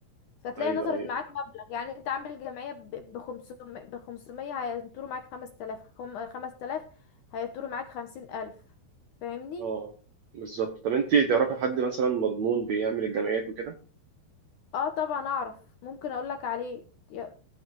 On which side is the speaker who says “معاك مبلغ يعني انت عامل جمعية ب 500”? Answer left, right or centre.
Left